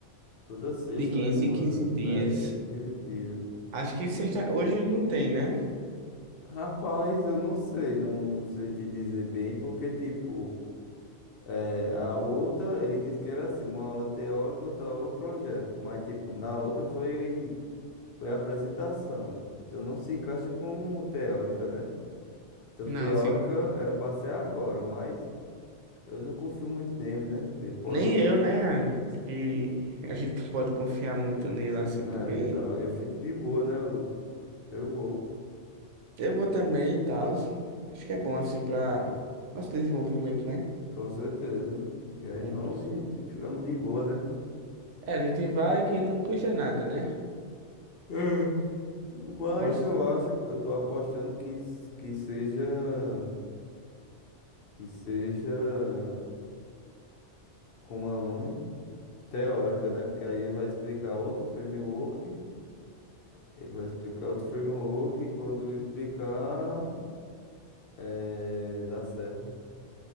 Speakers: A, on the left (about 60°); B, on the right (about 80°).
A: toda sexta,
B: De 15
A: né? Ele manda.
B: em 15 dias.
A: É, de 15 15 dias.
B: Acho que sexta... hoje não tem, né?
A: Rapaz, eu não sei, não, não sei te dizer bem, porque, tipo, é, a outra, ele disse que era assim, uma aula teórica, outra aula projeto. Mas, tipo, na outra foi. Foi a apresentação. Então não se encaixa como teórica, né? Então
B: Não,
A: teórica
B: se...
A: era pra ser agora, mas eu não confio muito nele, né? Ele pode.
B: nem eu, né? Acho que a gente não pode confiar muito nele, assim,
A: É,
B: porque
A: então, aí eu fico de boa, né? Eu, eu vou,
B: eu vou também e tal. Acho que é bom, assim, para nosso desenvolvimento, né?
A: com certeza. E aí
B: Como
A: vamos
B: pessoa.
A: e ficamos de boa, né?
B: É, a gente vai que não custa nada, né?
A: É. Mas
B: Gosta
A: eu acho, eu tô apostando que, s- que seja. Que seja. Como é o nome? Teórica, né? Porque aí ele vai explicar outro framework. Ele vai explicar outro framework e quando eu explicar, é, dá certo.